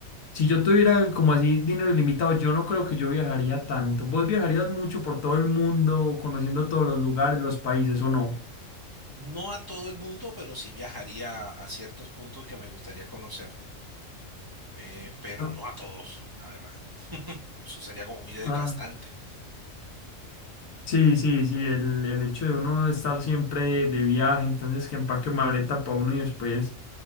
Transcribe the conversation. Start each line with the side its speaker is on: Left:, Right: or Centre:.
Left: si yo tuviera como así dinero ilimitado, yo no creo que yo viajaría tanto. ¿Vos viajarías mucho por todo el mundo, conociendo todos los lugares, los países o no?
Right: No a todo el mundo, pero sí viajaría a ciertos puntos que me gustaría conocer, eh, pero
Left: Ah,
Right: no a todos, la verdad. Eso sería como muy desgastante.
Left: ah. Sí, sí, sí, el, el hecho de uno estar siempre de viaje, entonces que empaque maleta para uno y después